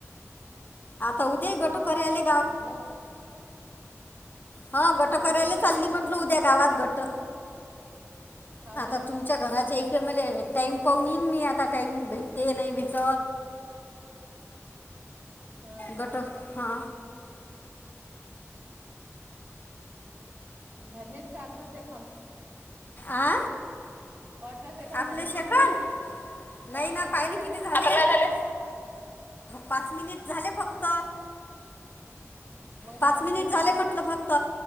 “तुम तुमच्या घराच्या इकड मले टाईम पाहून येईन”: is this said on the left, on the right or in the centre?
Left